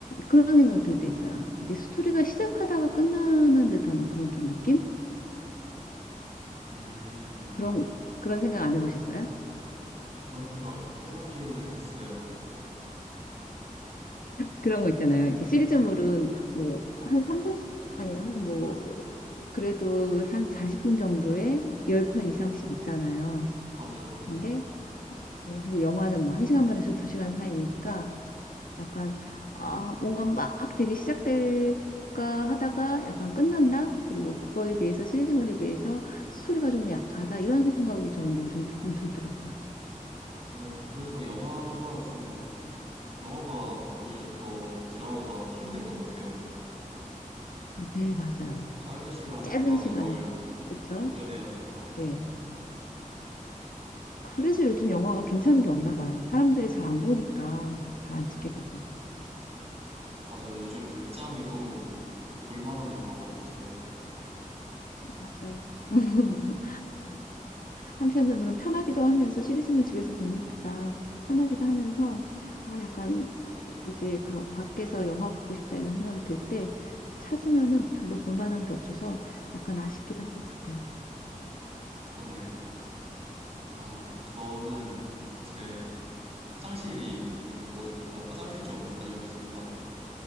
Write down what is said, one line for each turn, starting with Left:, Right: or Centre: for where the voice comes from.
Left: 그런 생각이 들 때 있어요. 이게 스토리가 시작하다가 끝나는 듯한 그런 좀 느낌?
Right: 음,
Left: 그런, 그런 생각 안 해보셨어요?
Right: 그런 생각 해보기는 했어요.
Left: 그런 거 있잖아요. 이제 시리즈물은 뭐 한삼 40, 아니, 한 뭐, 그래도 한 사십 분 정도에 10편 이상씩 있잖아요.
Right: 맞아요.
Left: 근데 네, 근데 영화는 뭐 1시간 반에서 2시간 사이니까 약간 아, 뭔가 막 되게 시작될까 하다가 약간 끝난다. 그리고 그거에 비해서 시리즈물에 비해서 스토리가 조금 약하다. 이런 생각이 저는 요즘 조금 들더라고요.
Right: 맞아요. 그래서 영화가 좀, 영화가 오히려 더 드라마보다 힘든 것 같아요.
Left: 네, 맞아요.
Right: 짧은
Left: 이제
Right: 시간에
Left: 짧은
Right: 많은
Left: 시간에
Right: 걸
Left: 그렇죠?
Right: 녹여내야 하니까.
Left: 네. 그래서 요즘 영화가 괜찮은 게 없나 봐요. 사람들이 잘 안 보니까 잘 안 찍게 되고.
Right: 맞아요. 요즘 극장에도 볼만한 영화가 없어요.
Left: 맞아요. <laughs> 한편으로는 편하기도 하면서 시리즈물 집에서 보니까 편하기도 하면서 아 약간 이제 그런 밖에서 영화 보고 싶다 이런 생각이 들 때 찾으면은 별로 볼만한 게 없어서 약간 아쉽기도 하고 그래요.
Right: 그렇네요. 아, 저는 이제 화장실이 좀 가고 싶어서 화장실 좀 다녀오겠습니다.